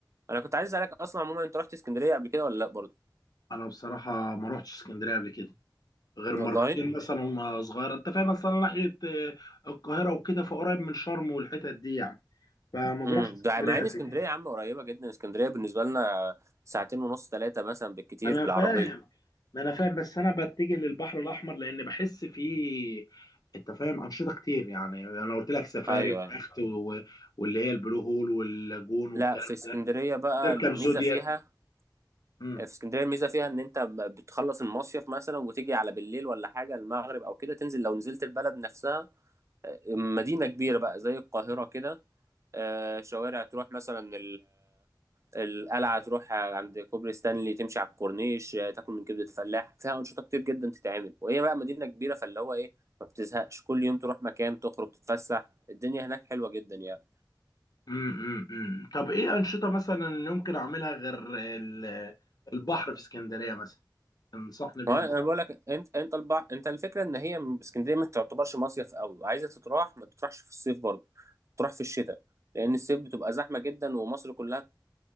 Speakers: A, on the right; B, on the left.
A: انا كنت عايز اسالك اصلا عموما انت رحت اسكندرية قبل كده ولا لا برضه
B: انا بصراحه ما روحتش اسكندريه قبل كده غير
A: والله
B: مرتين مثلا وانا صغير انت فاهم مثلا ناحيه آه، القاهره وكده فقريب من شرم والحتت دي يعني فما بروحش
A: امم
B: اسكندريه
A: ده مع ان
B: قد
A: اسكندريه
B: كده
A: يا عم قريبه جدا اسكندريه بالنسبه لنا ساعتين ونص ثلاثه مثلا بالكتير
B: ما انا
A: بالعربيه
B: فاهم ما انا فاهم بس انا بتجه للبحر الاحمر لان بحس فيه انت فاهم انشطه كتير يعني انا قلت لك سفاري
A: ايوه
B: ويخت
A: ايوه
B: و- واللي هي البلو هول واللاجون والكلام
A: لا في اسكندريه
B: ده
A: بقى
B: تركب
A: الميزه
B: زودياك
A: فيها
B: امم
A: في اسكندريه الميزه فيها ان انت ب- بتخلص المصيف مثلا وتيجي على بالليل ولا حاجه المغرب او كده تنزل لو نزلت البلد نفسها مدينه كبيره بقى زي القاهره كده آه، شوارع تروح مثلا القلعة تروح عند كوبري ستانلي تمشي على الكورنيش آه، تاكل من كبدة فلاح فيها أنشطة كتير جدا تتعمل وهي بقى مدينة كبيرة فاللي هو إيه ما بتزهقش كل يوم تروح مكان تخرج تتفسح الدنيا هناك حلوة جدا يعني
B: امم امم طب ايه انشطه مثلا اللي ممكن اعملها غير ال- البحر في اسكندريه مثلا تنصحني بيه
A: ما هو
B: مثلا
A: أنا بقول لك أنت أنت البع... أنت الفكرة إن هي من- اسكندرية ما تعتبرش مصيف قوي وعايزة تتراح ما تروحش في الصيف برضه تروح في الشتاء لأن الصيف بتبقى زحمة جدا ومصر كلها